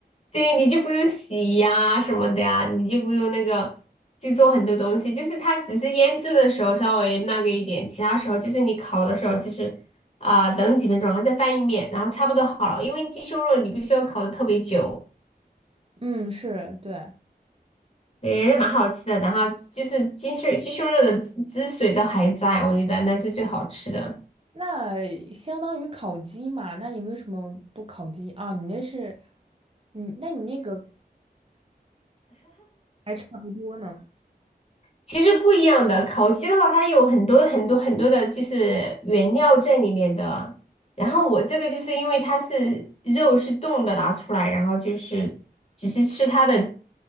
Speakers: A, on the left; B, on the right.
A: 对，你就不用洗呀什么的呀，你就不用那个去做很多东西，就是它只是腌制的时候稍微那个一点，其他时候就是你烤的时候就是啊、等几分钟，然后再翻一面，然后差不多好了。因为鸡胸肉你必须要烤的特别久，
B: 嗯，是，对，
A: 对，蛮好吃的。然后就是鸡胸鸡胸肉的汁水都还在，我觉得那是最好吃的。
B: 那相当于烤鸡嘛？那你为什么不烤鸡啊？你那是，嗯，那你那个还差不多呢。
A: 其实不一样的，烤鸡的话，它有很多很多很多的，就是原料在里面的。然后我这个就是因为它是肉是冻的拿出来，然后就是只是吃它的，